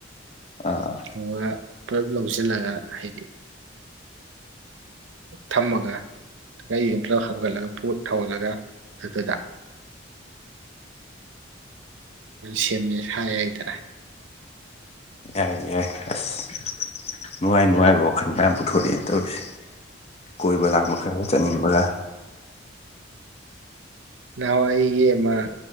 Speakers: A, on the left; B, on the right.
A: ꯑꯥ
B: ꯊꯣꯡꯒ ꯄꯨꯂꯞ ꯂꯧꯖꯤꯜꯂꯒ ꯍꯥꯏꯗꯤ ꯊꯝꯃꯒ ꯑꯩꯒꯥꯔꯤꯒ ꯄꯨꯂꯞ ꯍꯥꯞꯒꯠꯂꯒ ꯄꯨꯠ ꯊꯧꯍꯜꯂꯒ ꯑꯗꯨꯗ ꯁꯦꯝꯃꯦ ꯍꯥꯏ ꯍꯥꯏꯗꯔꯥ
A: ꯌꯥꯏ ꯌꯥꯏ ꯑꯁ ꯅꯨꯡꯉꯥꯏ ꯅꯨꯡꯉꯥꯏꯕ ꯋꯥꯈꯜꯒ ꯌꯥꯝ ꯄꯨꯊꯣꯔꯛꯑꯦ ꯇꯧꯔꯤꯁꯦ ꯀꯣꯏꯕ ꯂꯥꯡꯕ ꯈꯔꯒ ꯆꯠꯅꯤꯡꯕꯒ
B: ꯅꯍꯥꯋꯥꯏꯒꯤ ꯑꯃ